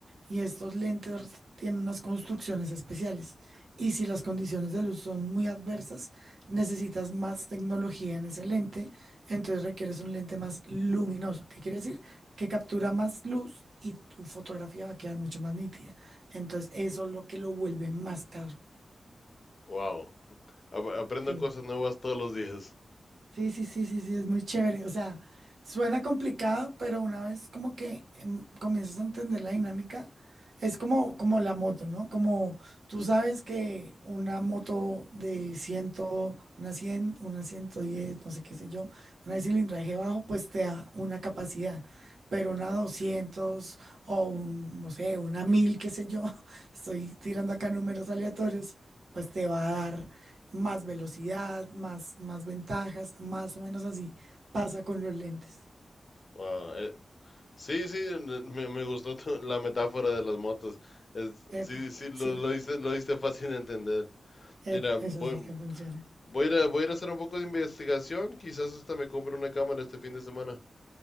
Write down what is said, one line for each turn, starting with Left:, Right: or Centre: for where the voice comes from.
Right: Y estos lentes tienen unas construcciones especiales. Y si las condiciones de luz son muy adversas, necesitas más tecnología en ese lente. Entonces requieres un lente más luminoso. ¿Qué quiere decir? Que captura más luz y tu fotografía va a quedar mucho más nítida. Entonces eso es lo que lo vuelve más caro.
Left: Wow. Aprendo
Right: Sí.
Left: cosas nuevas todos los días.
Right: Sí, sí, sí, sí, sí, es muy chévere. O sea, suena complicado, pero una vez como que em, comienzas a entender la dinámica, es como, como la moto, ¿no? Como tú sabes que una moto de 100, una 100 una 110 no sé qué sé yo, una de cilindraje bajo, pues te da una capacidad, pero una 200 o un, no sé, una 1000 qué sé yo, <laughs> estoy tirando acá números aleatorios, pues te va a dar más velocidad, más, más ventajas, más o menos así pasa con los lentes.
Left: Wow. eh, sí, sí, n- me, me gustó tu- la metáfora de las motos. Es-
Right: Epa,
Left: sí, sí, lo,
Right: sí,
Left: lo diste, lo diste fácil de entender. Mira,
Right: epa,
Left: voy,
Right: eso sí que funciona.
Left: voy a ir a, voy a ir a hacer un poco de investigación. Quizás hasta me compre una cámara este fin de semana.